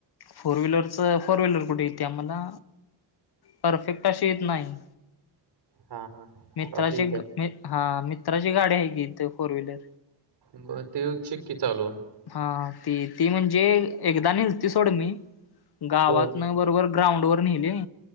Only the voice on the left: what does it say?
फोर व्हीलरचं फोर व्हीलर कुठे येत्या मला. परफेक्ट अशी येत नाही.
मित्राची
एक हा मित्राची गाडी आहे की इथं फोर व्हीलर.
हा ती ती म्हणजे एकदा नेलती सोड मी. गावातनं
बरोबर ग्राउंडवर न्हेली.